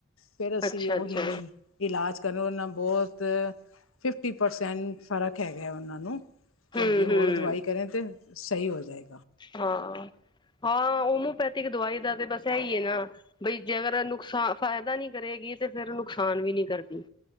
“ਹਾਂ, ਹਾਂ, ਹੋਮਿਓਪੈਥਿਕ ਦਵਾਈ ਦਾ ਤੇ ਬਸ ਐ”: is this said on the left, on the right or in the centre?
Left